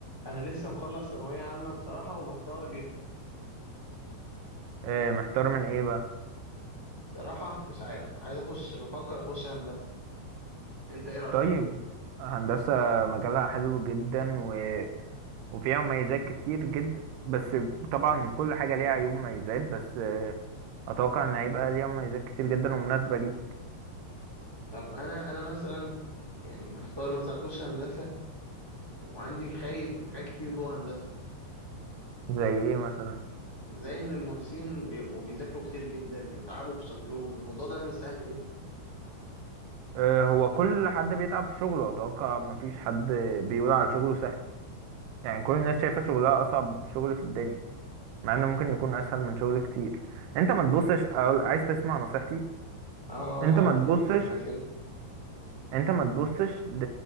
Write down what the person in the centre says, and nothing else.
انا لسه مخلص ثانويه عامه بصراحه ومحتار جدا
بصراحه مش عارف عايز اخش بفكر اخش هندسه انت ايه رايك
طب انا انا مثلا يعني محتار مثلا اخش هندسه وعندي خايف من حاجات كتير جوه هندسه
زي ان المهندسين بيبقوا بيذاكروا كتير جدا بيتعبوا في شغلهم الموضوع ده مش سهل جدا يعني
اه اه
طبعا
امال
انا معاك ليه